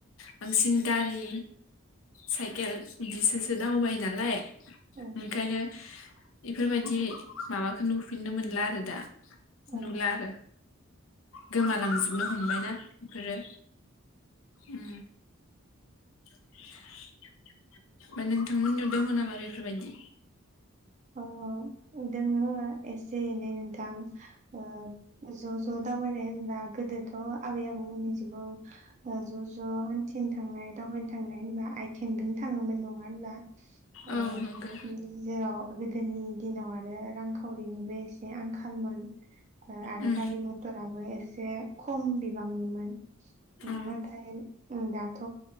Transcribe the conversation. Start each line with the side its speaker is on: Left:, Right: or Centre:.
Left: बांसिन गारि साइकेल बिदिसोसो दावबाय नालाय।
Right: औ
Left: ओंखायनो बेफोरबायदि माबाखौ नुफिननोमोन मोन <unintelligible> आरो दा
Right: औ
Left: नुला आरो गोमालांजोबनो हमबाय ना? इफोरो उम <inaudible> ओमफ्राय नोंथांमोननियाव दङ नामा बेफोर बायदि?
Right: अ दोङो एसे एनै नोंथां ओ ज' ज' दावबायनाय होनब्ला गोदोथ' आबै आबौमोननि जुगाव ओ ज' ज' हान्थिनो थांनाय दावबायनो थांनाय होनब्ला आथिंजों थाङोमोन नङा होनब्ला? अ
Left: औ नंगौ
Right: जेराव गोदोनि दिनाव आरो रांखावरिनिबो एसे आंखालमोन। ओ आरो
Left: उम
Right: गारि मटराबो एसे खम बिबांनिमोन <unintelligible>
Left: औ
Right: दाथ'